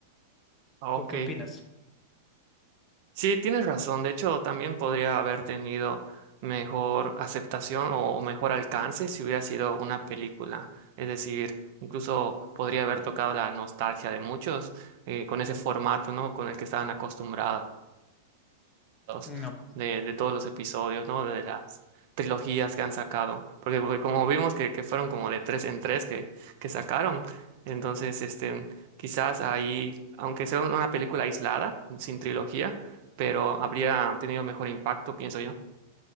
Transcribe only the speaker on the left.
¿O
qué opinas?
No,